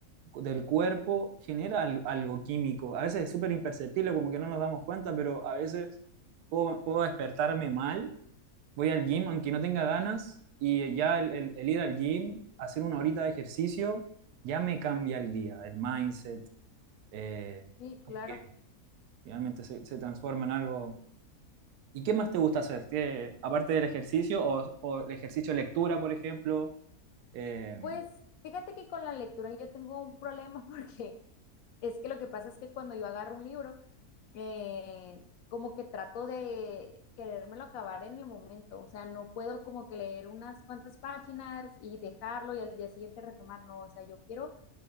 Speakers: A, on the right; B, on the left.
A: del cuerpo genera al- algo químico. A veces es súper imperceptible, como que no nos damos cuenta, pero a veces puedo, puedo despertarme mal, voy al gym aunque no tenga ganas y ya el, el- el ir al gym, hacer una horita de ejercicio, ya me cambia el día, el mindset, eh,
B: sí, claro.
A: que realmente se, se transforma en algo. ¿Y qué más te gusta hacer? ¿Qué- aparte del ejercicio o, o el ejercicio de lectura, por ejemplo? eh,
B: Pues fíjate que con la lectura yo tengo un problema <laughs> porque es que lo que pasa es que cuando yo agarro un libro, eh, como que trato de querérmelo acabar en el momento, o sea, no puedo como que leer unas cuantas páginas y dejarlo y al día siguiente retomar, no, o sea, yo quiero